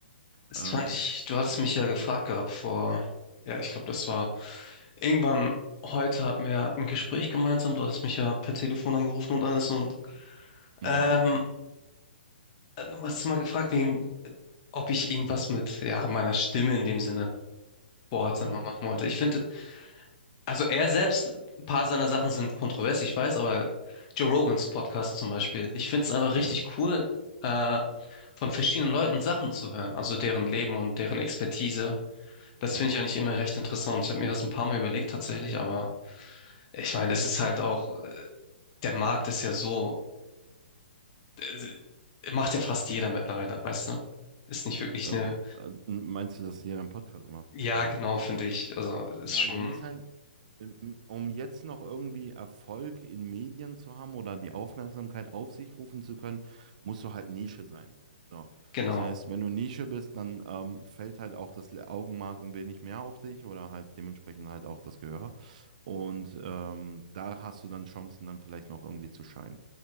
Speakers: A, on the left; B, on the right.
A: Das
B: Ähm,
A: fand ich, du hattest mich ja gefragt gehabt vor, ja, ich glaube, das war irgendwann heute hatten wir ja ein Gespräch gemeinsam. Du hattest mich ja per Telefon angerufen und alles und
B: mh,
A: ähm, du hast mal gefragt, wegen, ob ich irgendwas mit, ja, meiner Stimme in dem Sinne Boards
B: ja,
A: machen wollte. Ich finde, also er selbst, ein paar seiner Sachen sind kontrovers, ich weiß, aber Joe Rogans Podcast zum Beispiel, ich finde es einfach richtig
B: ja,
A: cool, äh, von verschiedenen Leuten Sachen zu hören, also deren Leben und deren Expertise. Das
B: yes.
A: finde ich eigentlich immer recht interessant. Ich habe mir das ein paar Mal überlegt tatsächlich, aber ich meine, das ist halt auch, äh, der Markt ist ja so, äh, macht ja fast jeder mittlerweile, weißt du? Ist nicht wirklich
B: Ähm,
A: eine,
B: äh, meinst du, dass jeder einen Podcast macht?
A: ja,
B: Ja.
A: genau, finde ich. Also ist
B: Ja,
A: schon,
B: du musst halt, ähm, um jetzt noch irgendwie Erfolg in Medien zu haben oder die Aufmerksamkeit auf sich rufen zu können, musst du halt Nische sein. So.
A: genau.
B: Das heißt, wenn du Nische bist, dann ähm, fällt halt auch das Augenmerk ein wenig mehr auf dich oder halt dementsprechend halt auch das Gehör. Und ähm, da hast du dann Chancen, dann vielleicht noch irgendwie zu scheinen.